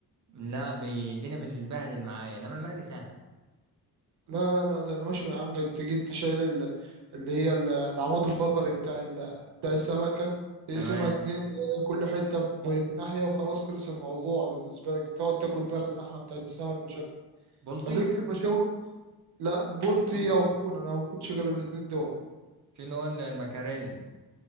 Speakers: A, on the right; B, on the right.
A: لا بي- الدنيا بتتبهدل معايا انما المقلي سهل
B: لا لا لا ده المشوي يا عم تيجي انت شايل ال- اللي هي ال- العمود الفقري بتاع ال... بتاع السمكة تقسمها
A: تمام
B: اتنين كل حتة في في ناحية وخلاص خلص الموضوع بالنسبة لك تقعد تاكل بقى في اللحمة بتاعت السمك مش أكتر
A: بلطي
B: طب ليك في المشاوي لا بولتي أو تون أنا ما باكلش غير الاتنين دول
A: في اللي هو المكاريلي